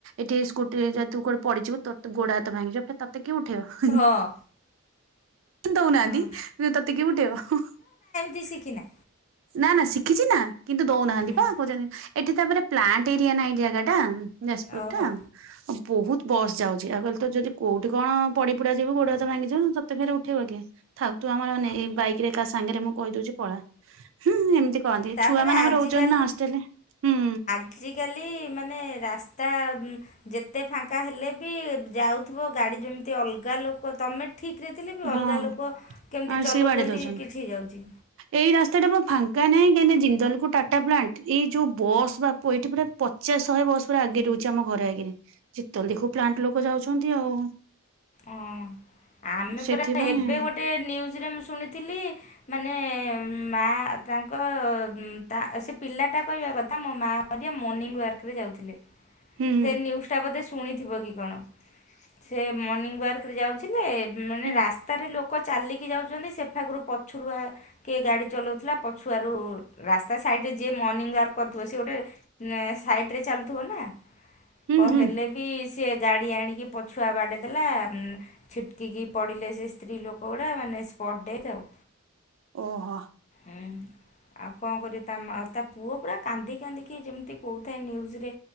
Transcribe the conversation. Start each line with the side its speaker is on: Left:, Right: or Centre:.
Right: ଏଠି ସ୍କୁଟିରେ କୋଡେ ପଡିଯିବୁ ତୋ ଗୋଡ ହାତ ଭାଙ୍ଗିଯିବ ତତେ କିଏ ଉଠେଇବ।
Left: ହଁ।
Right: ଦଉ ନାହାଁନ୍ତି
Left: ହଁ
Right: ତତେ କିଏ ଉଠେଇବ।
Left: ତି ଶିକିନା।
Right: ନା ନା ଶିଖିଛି ନା କିନ୍ତୁ ଦଉ ନାହାଁନ୍ତି
Left: ହୁଁ।
Right: ପା କହୁଛନ୍ତି ଏଠି ତାପରେ ପ୍ଲାଣ୍ଟ ଏରିଆ ନା ଏଇ ଜାଗା ଟା ଯାଜପୁର
Left: ଓହୋ
Right: ଟା। ବହୁତ୍ ବସ୍ ଯାଉଛି ଆଉ କହିଲି ତୁ ଯଦି କୋଉଠି କଣ ପଡି ପୁଡା ଯିବୁ ଗୋଡହାତ ଭାଙ୍ଗିିଜିବ ତ ତତେ ଫେରେ ଉଠେଇିବ କିଏ ଥାଉ ତୁ ଆମର ନେ
Left: ଓ
Right: ଏ ବାଇକିରେ କାହା ସାଙ୍ଗେରେ ମୁଁ କହିଦଉଛି ପଳା। ହୁଁ ହୁଁ ଏମିତି କହନ୍ତି
Left: ତାପରେ
Right: ଛୁଆ ମାନ ଆମର
Left: ଆଜିକାଲି
Right: ରହୁଛନ୍ତି ନା ହଷ୍ଟେଲରେ ହୁଁ।
Left: ଆଜିକାଲି ମାନେ ରାସ୍ତା ଉଁ। ଯେତେ ଫାଙ୍କା ହେଲେ ବି ଯାଉଥିବ ଗାଡି ଯେମିତି ଅଲଗା ଲୋକ ତମେ ଠିକ୍ ରେ ଥିଲେ ବି
Right: ହଁ
Left: ଅଲଗା ଲୋକ କେମିତି
Right: ଆଉ
Left: ଚଲଉଛନ୍ତି
Right: ସିଏ ବାଡେଇ ଦଉଛନ୍ତି
Left: କିଛି ହେଇଯାଉଛି।
Right: ଏଇ ରାସ୍ତା ଟା ପା ଫାଙ୍କା ନାହିଁ କାହିଁକିନା ଜିନ୍ଦଲକୁ ଟାଟା ପ୍ଲାଣ୍ଟ ଏଇ ଯୋଉ ବସ୍ ବାପ ଏଠି ପୁରା ପଚାଶ ଶହେ ବସ୍ ପୁରା ଆଗେରେ ରହୁଛି ଆମ ଘରେ ଆଗରେ ଯେତବେଳେ ଦେଖିବୁ ପ୍ଲାଣ୍ଟ ଲୋକ ଯାଉଛନ୍ତି। ତି ଆଉ।
Left: ଅଁ ଆମେ
Right: ସେଥିପାଇଁ
Left: ପରା ଏବେ ଗୋଟେ ନ୍ୟୁଜ୍ ରେ ମୁଁ ଶୁଣିଥିଲି ମାନେ ମା ତାଙ୍କ ଉଁ ତା ସେ ପିଲାଟା କହିବା କଥା ମୋ ମା ହରିଆ ମନିଙ୍ଗ୍ ୱାର୍କରେ ଯାଉଥିଲେ
Right: ହୁଁ
Left: ସେ ନ୍ୟୁଜ୍ ଟା ବୋଧେ ଶୁଣିଥିବ କି କଣ? ସେ ମର୍ଣ୍ଣିଂ ୱାର୍କରେ ଯାଉଥିଲେ ମାନେ
Right: ହୁଁ।
Left: ରାସ୍ ତାରେ ଲୋକ ଚାଲିକି ଯାଉଛନ୍ତି ସେଫାଖରୁ ପଛୁରୁଆ କିଏ ଗାଡି ଚଲଉଥିଲା ପଛୁଆରୁ ରାସ୍ତା ସାଇଡରେ ଯିଏ ମର୍ଣ୍ଣିଂ ୱାର୍କ କରୁଥିବ ସିଏ ଗୋଟେ ନା ସାଇଟ୍ ରେ ଚାଲୁଥିବ ନା?
Right: ହୁଁ
Left: ପ
Right: ହୁଁ
Left: ହେଲେ ବି ସିଏ ଗାଡ଼ି ଆଣିକି ପଛୁଆ ବାଡ଼େଇ ଦେଲା ଉଁ ଛିଟ୍ କିକି ପଡ଼ିଲେ ସେ ସ୍ତ୍ରୀ ଲୋକ ଗୁଡ଼ା ମାନେ ସ୍ପଟ୍ ଡେଥ୍ ଆଉ।
Right: ଓହୋ।
Left: ଉଁ ହୁଁ। ଆଉ କଣ କରିବ ତା ମା ତା ପୁଅ ପୁରା କାନ୍ଦି କାନ୍ଦିକି ଯେମିତି କହୁଥାଏ ନ୍ୟୁଜ୍ ରେ।